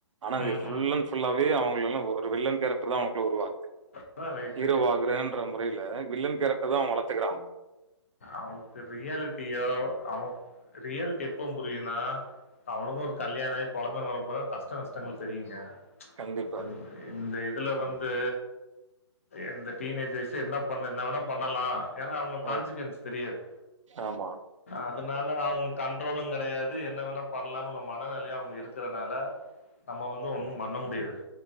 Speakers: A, on the right; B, on the left.
A: ஆனா அது
B: ம்
A: புல்
B: ம்
A: அண்ட் ஃபுல்லாவே அவங்க எல்லா ஒரு வில்லன் கேர டர் தா அவனுக்குள்ள உருவாகுது
B: அதா ரைட்டு.
A: ஹீரோவாகன்ற முறைல வில்லன் கேரக்டர் தா அவ வளத்துக்கிறா
B: அவனுக்கு ரியாலிட்டியோ அவ ரியாலிட்டி எப்ப புரியுனா அவனுக்கு ஒரு கல்யாண ஆகி கொழந்தனு வரப்போல கஷ்ட நஷ்டங்கள் தெரியுங்க
A: கண்டிப்பா
B: இப்ப இந்த இதுல வந்து இந்த டீனேஜர்ஸ் என்ன பண்ண என்ன வேணா பண்ணலா ஏன்னா அவங்க கான்சிகவன்ஸ்
A: அ
B: தெரியாது
A: ஆமா.
B: அதனால அவங்க கண்ட்ரோலு கெடையாது என்ன வேணா பண்லானு உள்ள மனநிலையா அவங்க இருக்கறனால நம்ம வந்து ஒன்னு பண்ண முடியாது